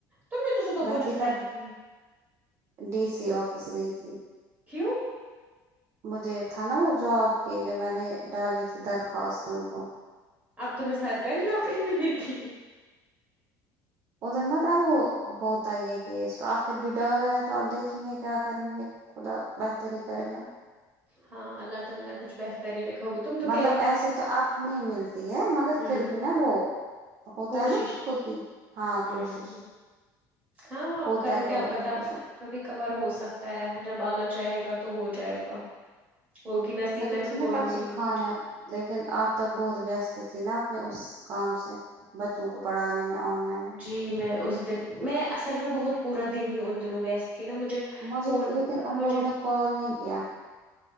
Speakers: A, on the right (about 20°); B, on the right (about 40°).
A: تم نے تو صبح
B: میں
A: بولا
B: چتا
A: گئے،
B: ڈی سی آفس گئی ت
A: کیوں
B: مجھے تھا نا وہ جواب کے لیے میں نے ڈالی تھی درخواست ان کو
A: اب تمہیں سرکاری نوکری ملے گی
B: ادھر متب وہ ہوتا ہی ہے کیس تو آپ پھر بھی ڈالا ہے تو آپ دیکھیں گے کیا کریں گے خدا بہتر ہی کرے گا
A: ہان اللہ تعالی کچھ بہتر ہی لکھا ہوگا تم تو
B: مطلب
A: کہہ رہی
B: ایسے
A: تھی
B: تو اب نہیں ملتی ہے مگر
A: ہوں
B: پھر بھی نا وہ ہوتا
A: کوشش
B: ہے نا خود کی ہاں
A: ہوں
B: کوشش
A: ہاں آپ
B: ہوتا
A: کرو
B: ہے کب
A: کیا
B: اگر
A: پتا
B: کچھ
A: کبھی کبار ہو سکتا ہے جب آلہ چاہے گا تو ہو جائے گا وہگی نسییب میں
B: تھی
A: تو
B: نا
A: کوئی
B: پرسو
A: نہیں لے
B: خان
A: گی
B: ہے لیکن آپ تب بہت ویست تھی نا اپنے اس کام سے بچوں کو پڑھانے میں آن لائن
A: جی میں اس دن میں اصل میں بہت پورا دن ہی ان دنوں ویست تھی نا مجھے
B: مجھے
A: فون
B: لیکن ان
A: مجھے
B: لوگوں نے کال نہیں کیا